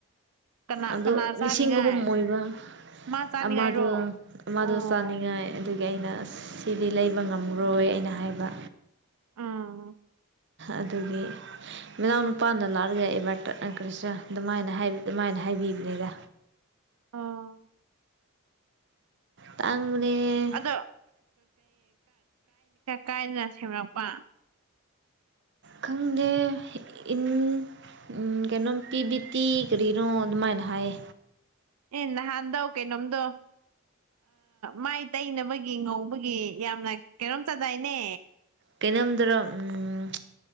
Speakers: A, on the right; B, on the right.
A: ꯀꯅꯥ
B: ꯑꯗꯣ
A: ꯀꯅꯥ ꯆꯥꯅꯤꯡꯉꯥꯏ
B: ꯂꯤꯁꯤꯡ ꯑꯍꯨꯝ ꯑꯣꯏꯕ
A: ꯃꯥ ꯆꯥꯅꯤꯡꯉꯥꯏꯔꯣ
B: ꯑꯗ ꯑꯃꯗ
A: ꯑꯣ
B: ꯁꯅꯤꯥꯏ ꯑꯗꯨ ꯑꯩꯅ ꯁꯤꯗꯤ ꯂꯩꯕ ꯉꯝꯈꯔꯣꯏ ꯑꯩꯅ ꯍꯥꯏꯕ
A: ꯑꯥ
B: ꯑꯗꯨꯒꯤ ꯃꯅꯥꯎ ꯅꯨꯄꯥꯅ ꯂꯥꯒꯑꯕ ꯀ꯭ꯔꯤꯁꯅ ꯑꯗꯨꯃꯥꯏꯅ ꯑꯗꯨꯃꯥꯏꯅ ꯍꯥꯏꯕꯤꯕꯅꯤꯗ
A: ꯑꯥ
B: ꯇꯥꯡꯕꯅꯦ
A: ꯑꯗꯣ ꯀꯥꯏꯗꯅ ꯁꯦꯝꯂꯛꯄ
B: ꯈꯪꯗꯦ ꯏꯟ ꯎꯝ ꯀꯩꯅꯣꯝ ꯄꯤ ꯕꯤꯇꯤ ꯀꯔꯤꯅꯣ ꯑꯗꯨꯃꯥꯏꯅ ꯍꯥꯏꯌꯦ
A: ꯏ ꯅꯍꯥꯟꯗꯧ ꯀꯦꯩꯅꯣꯝꯗꯣ ꯃꯥꯏ ꯇꯩꯅꯕꯒꯤ ꯉꯧꯕꯒꯤ ꯌꯥꯝꯅ ꯀꯩꯅꯣꯝ ꯆꯗꯥꯏꯅꯦ
B: ꯀꯩꯅꯣꯝꯗꯔꯣ ꯎꯝ